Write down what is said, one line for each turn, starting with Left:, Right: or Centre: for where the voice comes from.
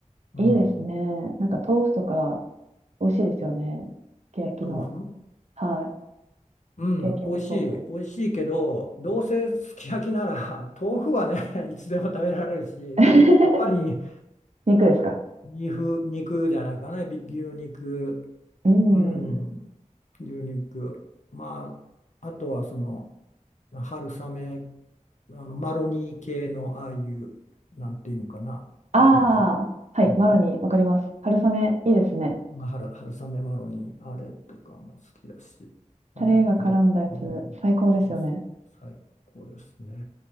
Left: うん。
Right: いいですね。なんか豆腐とか美味しいですよね。すき焼きの。
Left: 豆腐
Right: はい。
Left: うん、
Right: すき焼きの豆腐。
Left: 美味しい。美味しいけど、どうせすき焼きなら、<laughs> 豆腐はね、<laughs> いつでも食べられるし、
Right: <laughs>
Left: やっぱり、
Right: 肉ですか。
Left: 肉、肉じゃないかな、び牛肉
Right: うん。
Left: うん、牛肉。まあ、あとはその春雨、あのマロニー系のああいう、なんていうんかな、
Right: ああ、
Left: マロニー、
Right: はい。
Left: うん、
Right: マロニー、わかります。春雨、いいですね。
Left: まあ、春、春雨マロニー、あれとかも好きだし、
Right: タレが絡んだやつ、
Left: うん、いと、うん、
Right: 最高ですよね。
Left: そうそう、最高ですね。